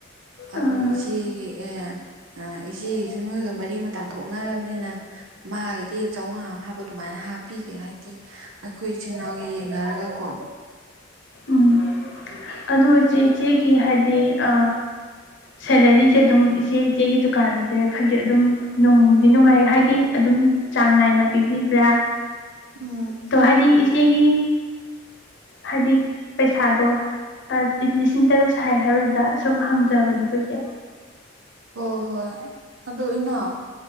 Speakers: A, on the right (about 80°); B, on the left (about 65°).
A: ꯑꯗꯣ
B: ꯑꯥ
A: ꯏ ꯏꯆꯦꯒꯤ ꯑ ꯏꯆꯦꯒꯤꯁꯨ ꯅꯣꯏꯒ ꯃꯔꯤ ꯃꯇꯥ ꯊꯣꯛꯅꯔꯕꯅꯤꯅ ꯃꯥꯒꯤꯗꯤ ꯍꯦꯛ ꯆꯧꯉꯥ ꯑꯃ ꯍꯥꯏꯕ ꯑꯗꯨꯃꯥꯏꯅ ꯍꯥꯞꯄꯤꯒꯦ ꯍꯥꯏꯗꯤ ꯑꯩꯈꯣꯏ ꯏꯆꯤꯟ ꯏꯅꯥꯎꯒꯤ ꯌꯦꯡꯅꯔꯒ ꯀꯣ
B: ꯎꯝ ꯑꯗꯨ ꯏꯆꯦ ꯏꯆꯦꯒꯤ ꯍꯥꯏꯗꯤ ꯑ ꯁꯦꯂꯔꯤꯁꯦ ꯑꯗꯨꯝ ꯏꯆꯦ ꯏꯆꯦꯒꯤ ꯗꯨꯀꯥꯟꯖꯦ ꯈꯗꯤ ꯑꯗꯨꯝ ꯅꯨꯡꯗꯤ ꯅꯨꯡꯉꯥꯏ ꯍꯥꯏꯗꯤ ꯑꯗꯨꯝ ꯆꯥꯡ ꯅꯥꯏꯅ ꯄꯤꯕꯤꯕ꯭ꯔꯥ
A: ꯎꯝ
B: ꯇꯣ ꯍꯥꯏꯗꯤ ꯏꯆꯦꯒꯤ ꯍꯥꯏꯗꯤ ꯄꯩꯁꯥꯗꯣ ꯇ ꯂꯤꯁꯤꯡ ꯇꯔꯨꯛ ꯁꯥꯏ ꯍꯥꯏꯕꯁꯤꯗ ꯁꯨꯝ ꯍꯪꯖꯕꯅꯤꯀꯣ ꯏꯆꯦ
A: ꯍꯣ ꯍꯣꯏ ꯑꯗꯣ ꯏꯅꯥꯎ